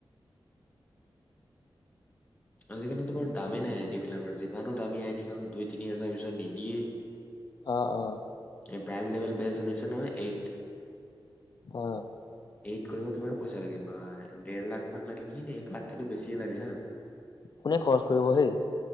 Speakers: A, on the left (about 15°); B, on the left (about 50°).
A: আজিকালি তোমাৰ দামেই নাই আই ডি বিলাকৰ, যিমানো দামী আই ডি হওক দুই তিনি হাজাৰ পিছত নিদিয়েই। এই
B: অ অ
A: প্ৰাইম লেভেল বেছ। শুনিছে নহয় এইট
B: অঁ
A: এইত কৰিব কিমান পইচা লাগে বা দেৰ লাখ মান লাগে নেকি নে এক লাখকেতু বেছিয়ে লাগে হা।
B: কোনে খৰচ কৰিব হেই